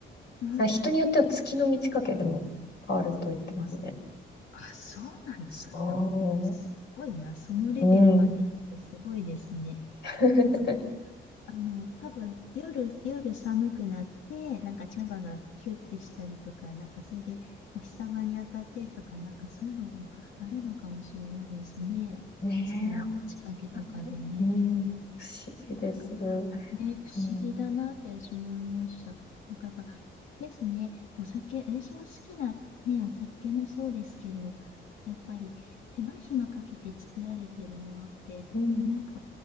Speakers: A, on the left; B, on the left.
A: うん
B: あ、人によっては月の満ち欠けでも変わると言ってますね。
A: あ、そうなんですか。
B: そ
A: でもいやすごいな。そのレベルまで行くとすごいですね。
B: う。うん。<laughs>
A: なんか、あの、多分夜、夜寒くなって、なんか茶葉がキュッてしたりとか、なんかそれでお日様に当たってとか、なんかそういうのもあるのかもしれないですね。
B: ねえ、
A: 月の近けとかでね。
B: 本当に。うん。不思議です。
A: なんかね、
B: う
A: 不思議だなって私も思いました。
B: ん。
A: なんかやっぱ、あれですね、お酒、私が好きな、ね、お酒もそうですけど、やっぱり手間暇かけて作られてるものって、
B: うん。
A: なんか